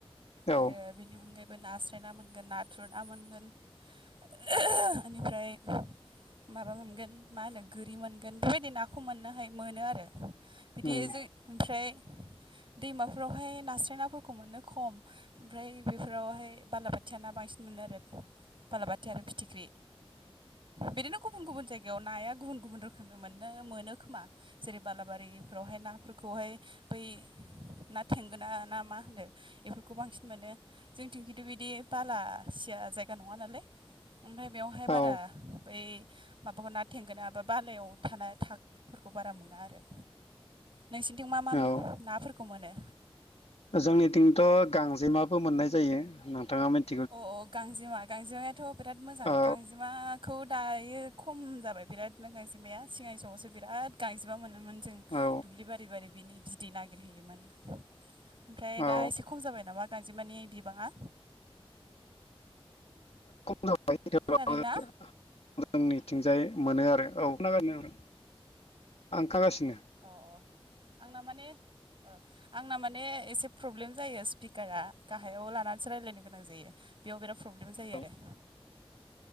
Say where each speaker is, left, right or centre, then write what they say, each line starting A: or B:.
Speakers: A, on the left (about 85°); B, on the right (about 55°).
A: औ
B: आरो बेनि अनगायैबो नास्राय ना मोनगोन नाथुर ना मोनगोन बेनिफ्राय माबा मोनगोन मा होनो गोरि मोनगोन बेबायदि नाखौ मोननो हाय मोनो आरो दे
A: उम
B: जों ओमफ्राय दैमाफोरावहाय नास्राय नाफोरखौ मोनो खम ओमफ्राय बेफोरावहाय बालाबाथिया ना बांसिन मोनो आरो बालाबाथि आरो फिथिख्रि बिदिनो गुबुन गुबुन जायगायाव नाया गुबुन गुबुन रोखोमनि मोननो मोनो खोमा जेरै बाला बारि बेवहाय नाफोरखौहाय बै ना थेंगोना ना मा होनो बेफोरखौ बांसिन मोनो जोंथिं खिन्थु बिदि बालासिया जायगा नङा नालाय ओमफ्राय बेवहाय बारा
A: औ
B: बै माबाखौ ना थेंगोना बा बालायाव था थाग्राफोरखौ बारा मोना आरो नोंसिनिथिं मा मा
A: औ
B: नाफोरखौ मोनो
A: जोंनिथिंथ' गांजेमाबो मोननाय जायो नोंथाङा मिथि
B: अ औ गांजेमा गांजेमायाथ' बिराद मोजां
A: औ
B: गांजेमाखौ दायो खम जाबाय बिराद नों गांजेमाया सिगां समावसो बिराद गांजेमा मोनोमोन जों
A: औ
B: दुब्लि बारि बारि बिनि बिदै नागिरहैयोमोन ओमफ्राय
A: औ
B: दा एसे खम जाबाय नामा गांजेमानि बिबाङा
A: <unintelligible>
B: खोनादोंना
A: जोंनिथिंजाय मोनो आरो औ खोनागासिनो आं ओंखारागासिनो
B: अ-अ आंना माने आंना माने एसे प्रब्लेम जायो स्पिकारा गाहायाव लानानैसो रायज्लायनो गोनां जायो बेयाव बिराद प्रब्लेम जायो
A: औ
B: आरो